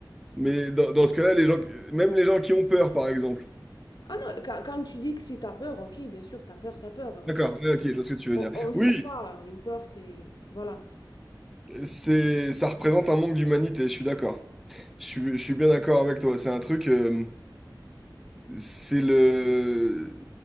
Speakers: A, in the centre; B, on the left.
A: Mais dans, dans ce cas-là, les gens, même les gens qui ont peur, par exemple.
B: Ah non, quand, quand tu dis que si t'as peur, ok, bien sûr, t'as peur, t'as peur.
A: D'accord, ouais, ok, je vois ce que tu veux
B: On,
A: dire.
B: on juge
A: Oui,
B: pas, une peur, c'est. Voilà.
A: c'est, ça représente un manque d'humanité, je suis d'accord. Je suis, je suis bien d'accord avec toi. C'est un truc, euh, c'est le,